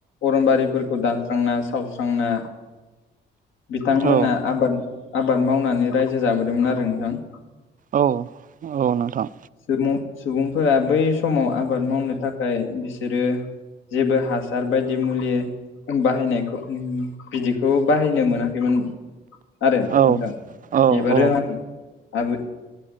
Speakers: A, on the left; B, on the right.
A: अरमबारिफोरखौ दानस्रांना सावस्रांना बिथांमोना
B: औ
A: आबाद आबाद मावनानै रायजो जाबोदोंमोन आरो नोंथां
B: औ औ नोंथां।
A: सुबुं सुबुंफोरा बै समाव आबाद मावनो थाखाय बिसोरो जेबो हासार बायदि मुलि बाहायनायखौ बिदिखौ बाहायनो मोना बेमोन आरो
B: औ
A: नोंथां
B: औ
A: एबार
B: औ
A: रोङामोन आब